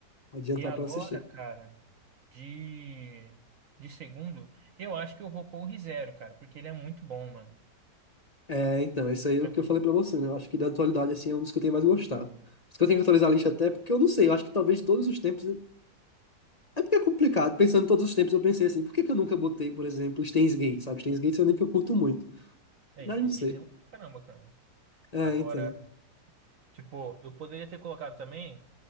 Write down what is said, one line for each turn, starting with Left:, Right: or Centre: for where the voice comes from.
Left: adiantar
Right: E agora,
Left: pra eu assistir.
Right: cara, de, de segundo, eu acho que eu vou pôr o ReZero, cara, porque ele é muito bom, mano.
Left: É, então, isso aí é
Right: Ele
Left: o que eu
Right: É
Left: falei
Right: muito
Left: pra
Right: bom.
Left: você, né? Eu acho que da atualidade, assim, é um dos que eu tenho mais gostado. Por isso que eu tenho que atualizar a lista até, porque eu não sei, eu acho que talvez de todos os tempos. É porque é complicado, pensando em todos os tempos, eu pensei assim, por que que eu nunca botei, por exemplo, Steins Gate, sabe? Steins Gate é um anime que eu curto muito.
Right: É,
Left: Mas
Right: Steins
Left: não sei.
Right: Gate é legal pra caramba, cara.
Left: É,
Right: Agora,
Left: então.
Right: Tipo, eu poderia ter colocado também.